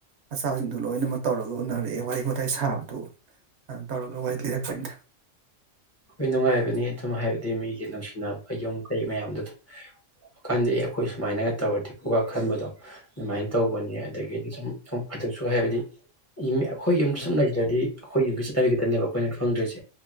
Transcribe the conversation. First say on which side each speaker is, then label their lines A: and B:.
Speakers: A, on the right; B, on the left.
A: ꯃꯆꯥꯁꯤꯡꯗꯣ ꯂꯣꯏꯅꯃꯛ ꯇꯧꯔꯒ ꯎꯅꯔꯛꯑꯦ ꯋꯥꯔꯤ ꯋꯥꯇꯥꯏ ꯁꯥꯕꯗꯨ ꯑꯗꯨ ꯇꯧꯔꯒ ꯋꯥꯔꯤ ꯂꯤꯔꯛꯄꯅꯤꯗ
B: ꯑꯩ ꯅꯨꯡꯉꯥꯏꯕꯅꯦ ꯑꯗꯨꯝ ꯍꯥꯏꯕꯗꯤ ꯃꯤꯒꯤ ꯅꯨꯡꯁꯤꯅꯕ ꯌꯨꯝ ꯀꯩ ꯃꯌꯥꯝꯗꯣ ꯑꯗꯨꯝ ꯎꯕ ꯀꯥꯟꯗ ꯑꯩꯈꯣꯏ ꯁꯨꯃꯥꯏꯅꯒ ꯇꯧꯔꯗꯤꯀꯣꯒ ꯈꯟꯕꯗꯣ ꯑꯗꯨꯃꯥꯏꯅ ꯇꯧꯕꯅꯤ ꯑꯗꯒꯤꯗꯤ ꯁꯨꯝ ꯑꯗꯨꯛꯁꯨ ꯍꯥꯏꯕꯗꯤ ꯑꯩꯌꯨ ꯑꯩꯈꯣꯏ ꯌꯨꯝ ꯁꯨꯝ ꯂꯩꯇ꯭ꯔꯗꯤ ꯑꯩꯈꯣꯏ ꯌꯨꯝꯒꯤ ꯆꯠꯕꯤ ꯈꯇꯅꯦꯕ ꯑꯩꯈꯣꯏꯅ ꯈꯪꯗꯣꯏꯁꯦ